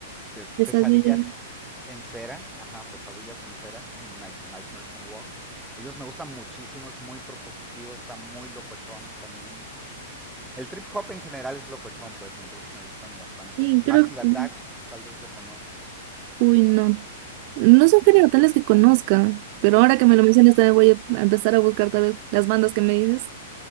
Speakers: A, in the centre; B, on the right.
A: Eh,
B: Esas
A: Pesadillas
B: vidas.
A: en cera, ajá, Pesadillas en cera, Nightmares on Walks. Ellos me gustan muchísimo, es muy propositivo, está muy locochón también. El trip hop en general es locochón, pues, entonces me gustan bastante.
B: Y
A: Massive
B: creo que.
A: Attack, tal vez lo conoces.
B: Uy, no. No
A: Ok,
B: son género tales que conozca. Pero ahora que me
A: ajá.
B: lo mencionas, también voy a empezar a buscar tal vez las bandas que me dices.